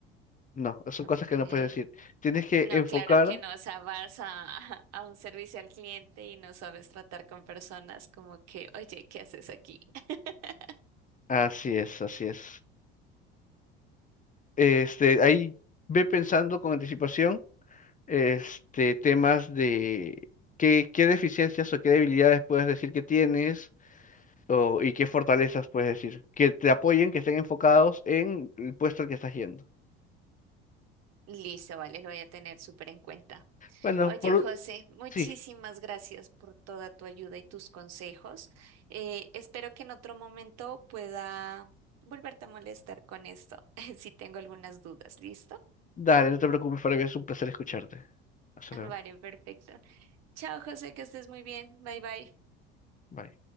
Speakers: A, on the left; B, on the right.
A: no, son
B: ok.
A: cosas que no puedes decir. Tienes que
B: No,
A: enfocar.
B: claro que no, o sea, vas a, <laughs> a un servicio al cliente y no sabes tratar con personas como que, oye, ¿qué haces aquí? <laughs>
A: Así es, así es. Este, ahí ve pensando con anticipación, este, temas de qué, qué deficiencias o qué debilidades puedes decir que tienes. O- ¿y qué fortalezas puedes decir? Que te apoyen, que estén enfocados en el puesto al que estás yendo.
B: Listo, vale, lo voy a tener súper en cuenta.
A: Bueno,
B: Oye,
A: por...
B: José, muchísimas
A: sí,
B: gracias por toda tu ayuda y tus consejos. Eh, espero que en otro momento pueda volverte a molestar con esto, <laughs> si tengo algunas dudas. ¿Listo?
A: dale, no te preocupes, para mí es un placer escucharte.
B: <laughs>
A: Hasta
B: Vale,
A: luego.
B: perfecto. Chao, José, que estés muy bien. Bye, bye.
A: Bye.